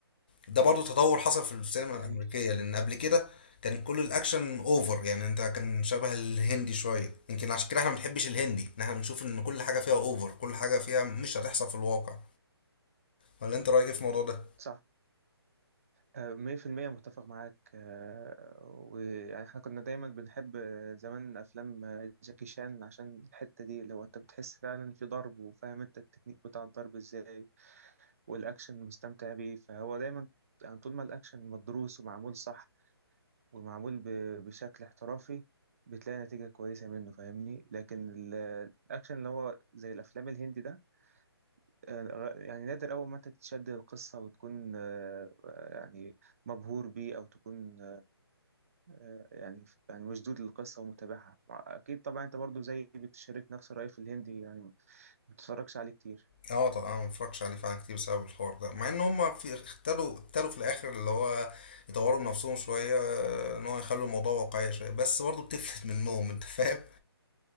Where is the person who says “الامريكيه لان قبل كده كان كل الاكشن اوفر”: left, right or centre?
Left